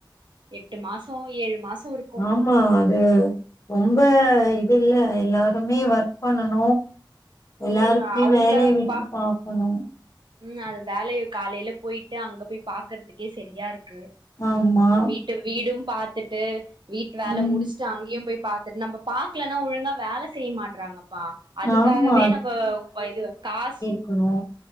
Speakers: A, on the right; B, on the left.
A: எட்டு மாச ஏழு மாச இருக்
B: ஆமா அது ரொம்ப இது இல்ல எல்லாருமே ஒர்க் பண்ணணு எல்லாருக்குமே
A: ம் அவங்கள
B: வேலைய விட்டுட்டு
A: பா
B: பாக்கனு
A: ம் அது வேலைய காலையில போயிட்டு அங்க போய் பாக்குறதுக்கே சரியா இருக்கு
B: ஆமா
A: வீட்டு வீடும் பாத்துட்டு வீட்டு வேலை
B: ம்
A: முடிச்சு அங்கய போய் பாத்துட்டு நம்ம பாக்கலன்னா ஒழுங்கா வேலை செய்ய மாட்டறாங்க ப்ப அதுக்காகவே
B: ஆமா
A: நம்ம இது காசு
B: க்குனு